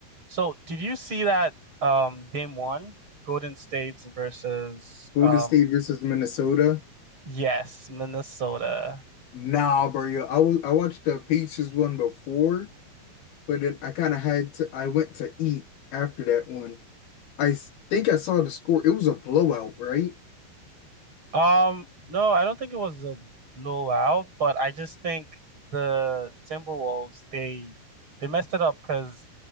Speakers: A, on the right (about 30°); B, on the left (about 65°).
A: So, did you see that um game one, Golden State's versus
B: Golden
A: um
B: State versus Minnesota.
A: yes, Minnesota.
B: Nah, bro. I was I watched the Pacers one before, but then I kind of had to. I went to eat after that one. I s- think I saw the score. It was a blowout, right?
A: Um no, I don't think it was a blowout, but I just think the Timberwolves they they messed it up because